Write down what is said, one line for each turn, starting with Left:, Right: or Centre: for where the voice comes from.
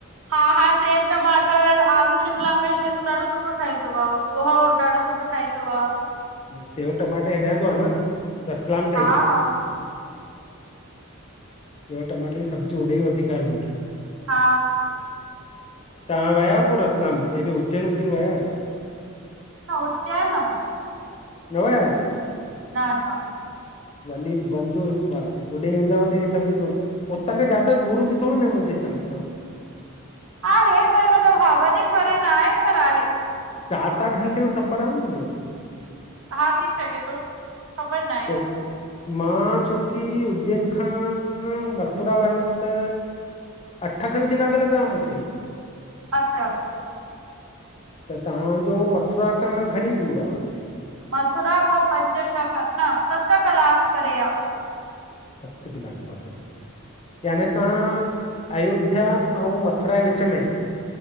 Right: हा हा सेव टमाटर आलू शिमला मिर्च हे सभु ॾाढो सु सुठो ठहींदो आ पोहा ॾाढो सुठो ठाहींदो आ।
Left: सेव टमाटा हेॾां जो आ न रतलाम साइड
Right: हा
Left: जो।
Right: हा
Left: सेव टमाटे जी सब्जी होॾे ई वधीक हलंदी आ।
Right: हा
Left: तव्हां विया आयो पो रतलाम हेॾो उज्जैन उज्जैन विया आहियो?
Right: न उज्जैन न वई आयां मां।
Left: न वया आयो
Right: न न
Left: वञी वञिजो हिकु बार होॾे वेंदा त ही सम्झझो हुतां खां ज्यादा दूर बि थो न मुंहिंजे ख्याल सां
Right: आहे पर मतिलब हा वधीक परे न आहे पर आहे।
Left: सत आठ घंटे जो सफ़र आ न हुनजो।
Right: हा थी सघे थो ख़बर न आहे।
Left: छो मां छोकी उज्जैन खां मथुरा वियो हुअम त अठ खनि कलाक लॻा मूंखे
Right: अच्छा
Left: त तव्हां जो मथुरा खां घणी दूरि आ?
Right: मथुरा खां पंज छह न सत कलाक परे आ।
Left: सत कलाक परे आ। याने तव्हां अयोध्या अऊं मथुरा जे विच में आहियो